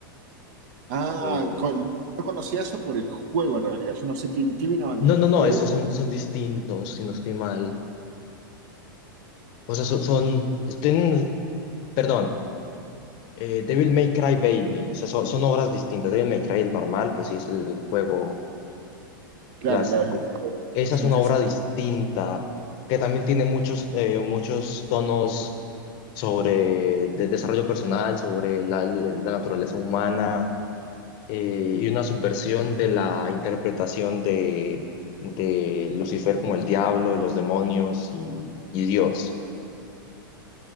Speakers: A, on the right; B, on the left.
A: ah,
B: Eh,
A: con- yo conocía eso por el juego en realidad. Yo no sé qué, qué vino antes
B: no,
A: del
B: no,
A: juego.
B: no, esos son, son distintos, si no estoy mal. O sea, son, son- tienen- perdón, eh, Devil May Cry Baby. O sea, son, son obras distintas. Devil May Cry, el normal, pues sí, es el, el juego
A: Claro,
B: clásico.
A: claro, es el
B: Esa
A: personaje.
B: es una obra distinta que también tiene muchos, eh, muchos tonos sobre el desarrollo personal, sobre la, la naturaleza humana eh, y una subversión de la interpretación de, de Lucifer como el diablo y los demonios y, y Dios.